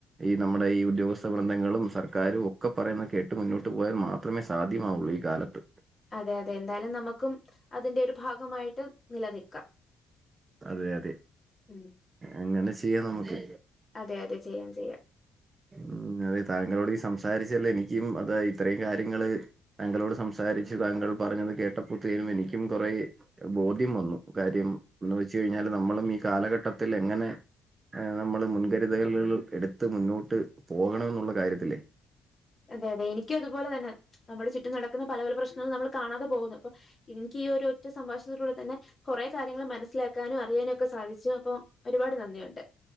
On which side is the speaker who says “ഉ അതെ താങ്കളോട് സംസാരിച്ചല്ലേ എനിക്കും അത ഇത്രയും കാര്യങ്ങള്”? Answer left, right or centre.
Right